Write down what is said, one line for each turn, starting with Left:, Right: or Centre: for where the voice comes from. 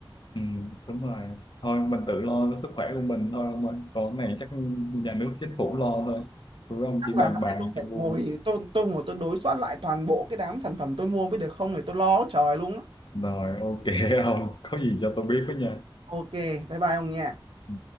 Left: ừ, đúng rồi thôi mình tự lo cho sức khỏe của mình thôi ông ơi còn cái này chắc nhà nước chính phủ lo thôi tụi ông
Right: chắc
Left: chỉ
Right: là
Left: bàn
Right: mai
Left: bàn
Right: tôi phải
Left: cho vui
Right: ngồi tôi tôi ngồi tôi đối soát lại toàn bộ cái đám sản phẩm tôi mua mới được không thì tôi lo trời luôn á
Left: rồi ok <laughs> ông có gì cho tôi biết với nha
Right: ok bye bye ông nha
Left: Ừ.